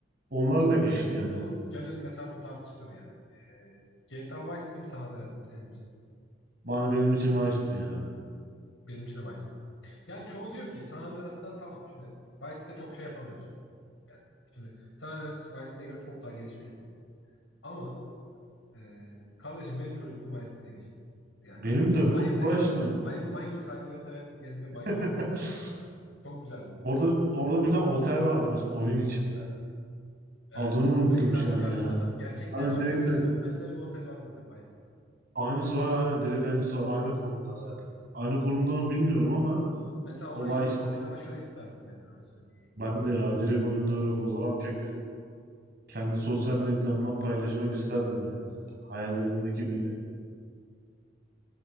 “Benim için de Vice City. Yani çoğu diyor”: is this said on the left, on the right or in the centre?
Left